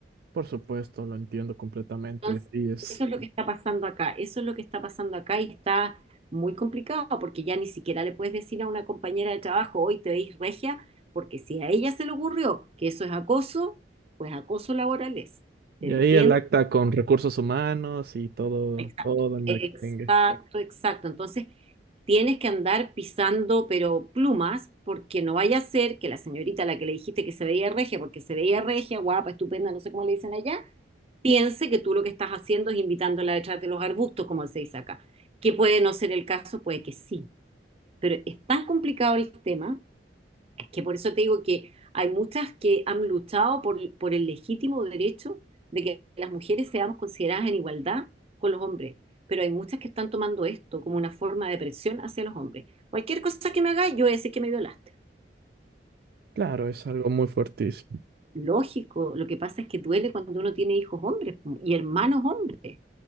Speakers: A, on the right; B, on the right.
A: Por supuesto, lo entiendo completamente.
B: Entonces,
A: Sí, es.
B: eso es lo que está pasando acá, eso es lo que está pasando acá y está muy complicado porque ya ni siquiera le puedes decir a una compañera de trabajo, hoy te veis regia, porque si a ella se le ocurrió que eso es acoso, pues acoso laboral es.
A: Y
B: Te despiden.
A: ahí el acta con recursos humanos y todo,
B: Exacto,
A: todo el merengue.
B: exacto, exacto. Entonces, tienes que andar pisando, pero plumas, porque no vaya a ser que la señorita a la que le dijiste que se veía regia, porque se veía regia, guapa, estupenda, no sé cómo le dicen allá, piense que tú lo que estás haciendo es invitándola detrás de los arbustos, como se dice acá. Que puede no ser el caso, puede que sí. Pero es tan complicado el tema es que por eso te digo que hay muchas que han luchado por, por el legítimo derecho de que las mujeres seamos consideradas en igualdad con los hombres. Pero hay muchas que están tomando esto como una forma de presión hacia los hombres. Cualquier cosa que me hagas yo voy a decir que me violaste.
A: Claro, es algo muy fuertísimo.
B: Lógico, lo que pasa es que duele cuando uno tiene hijos hombres y hermanos hombres.